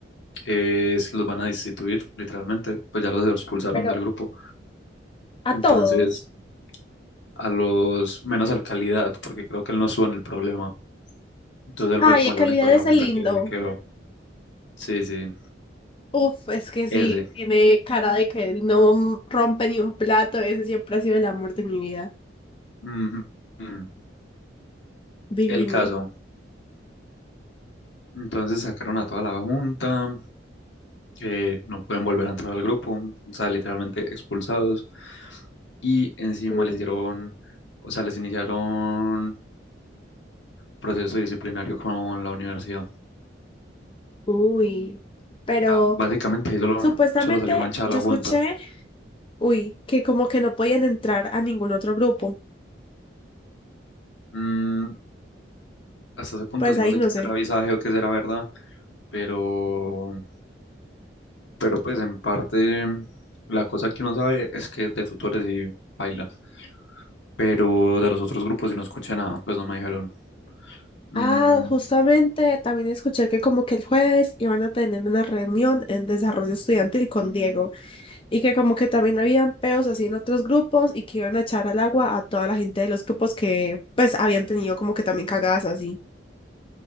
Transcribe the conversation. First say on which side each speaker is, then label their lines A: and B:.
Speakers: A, on the left; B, on the left.
A: eh, es que los van a destituir, literalmente, pues ya los expulsaron
B: pero
A: del grupo.
B: a
A: Entonces,
B: todos.
A: a los menos al calidad, porque creo que él no sube en el problema. Entonces él
B: Ay,
A: fue como
B: de
A: el
B: calidad
A: único de la
B: ese
A: junta
B: lindo.
A: que quedó. Sí, sí,
B: Uf, es que sí,
A: ese.
B: tiene cara de que no rompe ni un plato, ese siempre ha sido el amor de mi vida.
A: Ujú, ujú.
B: Divino.
A: El caso. Entonces sacaron a toda la junta, eh, no pueden volver a entrar al grupo, o sea, literalmente expulsados. Y encima
B: Uy,
A: les dieron, o sea, les iniciaron proceso disciplinario con la universidad. O
B: uy. Pero
A: básicamente ahí solo,
B: supuestamente
A: solo salió manchada
B: yo
A: la junta.
B: escuché, uy, que como que no podían entrar a ningún otro grupo.
A: Mm, hasta ese punto,
B: Pues
A: si
B: ahí
A: no sé
B: no
A: qué
B: sé.
A: será visaje o qué será verdad, pero Pero pues en parte la cosa que uno sabe es que de tutores sí baila. Pero de los otros grupos si no escuché nada, pues no me dijeron. Mm,
B: Ah, justamente también escuché que como que el jueves iban a tener una reunión en desarrollo estudiantil con Diego y que como que también habían peos así en otros grupos y que iban a echar al agua a toda la gente de los grupos que pues habían tenido como que también cagadas así.